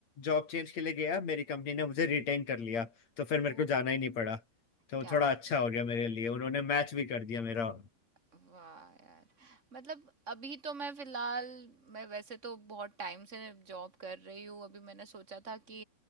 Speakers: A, on the left; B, on the right.
A: जॉब चेंज के लिए गया मेरी कंपनी ने मुझे रिटेन कर लिया तो फिर मेरे
B: ओह
A: को जाना ही नहीं पड़ा तो
B: क्या
A: थोड़ा
B: बात
A: अच्छा
B: है
A: हो गया मेरे लिए उन्होंने मैच भी कर दिया मेरा
B: वाह यार मतलब अभी तो मैं फिलहाल मैं वैसे तो बहुत टाइम से जॉब कर रही हूँ अभी मैंने सोचा था कि